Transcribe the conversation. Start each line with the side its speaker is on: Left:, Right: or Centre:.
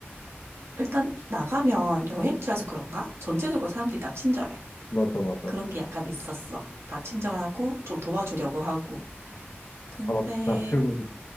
Right: 일단 나가면 여행지라서 그런가? 전체적으로 사람들이 다 친절해.
Left: 맞아, 맞아.
Right: 그런 게 약간 있었어. 다 친절하고 좀 도와주려고 하고. 근데
Left: 아, 맞다. 그리고 그